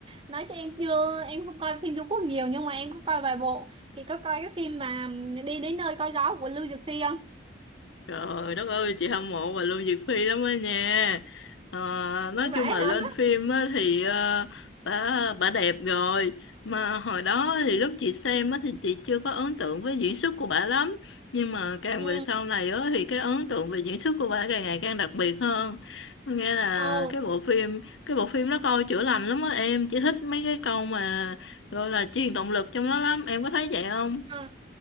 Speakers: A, on the right; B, on the left.
A: nói cho em chưa em không coi phim Trung Quốc nhiều nhưng mà em có coi vài bộ chị có coi cái phim mà đi đến nơi coi gió của Lưu Dược Phi không
B: Trời đất ơi, chị hâm mộ bà Lưu Diệc Phi lắm á nha. Ờ, nói
A: vậy
B: chung là lên
A: hả
B: phim á thì ờ, bà bà đẹp rồi. Mà hồi đó thì lúc chị xem á thì chị chưa có ấn tượng với diễn xuất của bà lắm. Nhưng mà càng
A: ừ
B: về sau này á thì cái ấn tượng về diễn xuất của bà càng ngày càng đặc biệt hơn. Có Nghĩa là
A: ồ
B: cái bộ phim cái bộ phim nó coi chữa lành lắm á em. Chị thích mấy cái câu mà gọi là truyền động lực trong nó lắm. Em có thấy vậy không?
A: à.